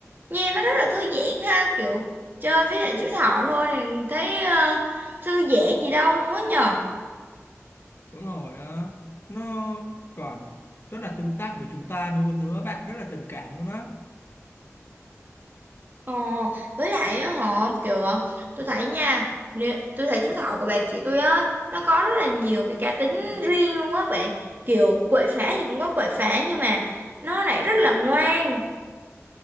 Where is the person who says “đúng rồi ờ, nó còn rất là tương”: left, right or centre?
Left